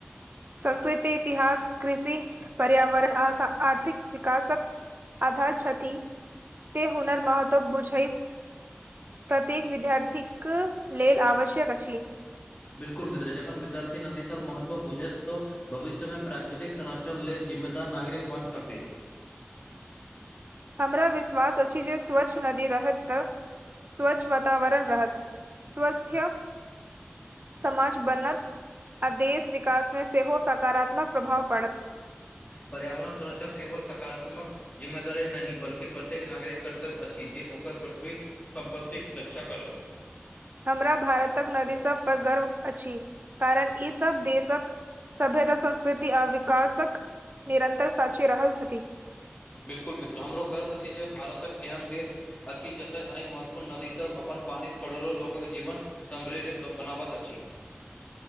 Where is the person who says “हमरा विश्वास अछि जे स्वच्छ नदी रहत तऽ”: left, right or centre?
Right